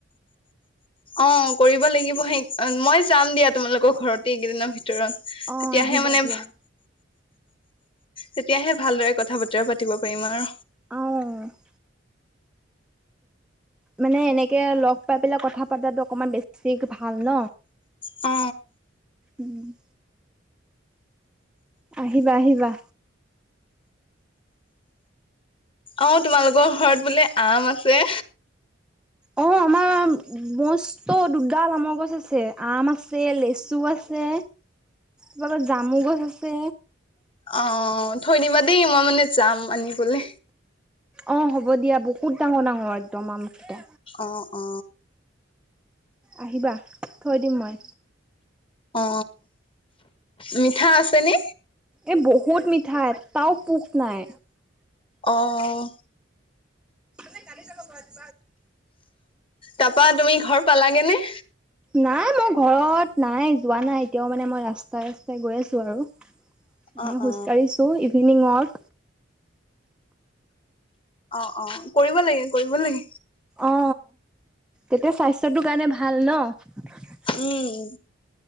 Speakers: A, on the left (about 30°); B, in the centre.
A: অ কৰিব লাগিব সেই মই যাম দিয়া তোমালোকৰ ঘৰতে এইকেইদিনৰ ভিতৰত
B: অ
A: তেতিয়াহে
B: আহিবা
A: মানে
B: দিয়া।
A: তেতিয়াহে ভালদৰে কথা বতৰা পাতিব পাৰিম আৰু
B: অঁ মানে এনেকে লগ পাই পেলাই কথা পতাটো অকমান বেছি ভাল ন
A: অ
B: উম আহিবা আহিবা
A: অ তোমালোকৰ ঘৰত বোলে আম আছে
B: অ আমাৰ মস্ত দুডাল আমৰ গছ আছে আম আছে লেচু আছে তত জামু গছ আছে
A: অ থৈনিবা দেই মই মানে যাম আনিবলৈ
B: অ হ'ব দিয়া বহুত ডাঙৰ ডাঙৰ একদম আমকেইটা
A: অ অ
B: আহিবা থৈ দিম মই
A: অ মিঠা আছে নি
B: এই বহুত মিঠা এটাও পোক নাই
A: অঁ
B: আই কালি চাগ ব চ
A: তাৰাপা তুমি ঘৰ পালাগে নে
B: নাই মই ঘৰত নাই যোৱা নাই এতিয়াও মানে মই ৰাস্তাই ৰাস্তাই গৈ আছো আৰু মানে
A: অ
B: খোজ
A: অ
B: কঢ়ছো ইভিনিং ৱাক
A: অ অ কৰিব লাগে কৰিব লাগে।
B: অ তেতিয়া স্বাস্থ্যটোৰ কাৰণে ভাল নহ।
A: উম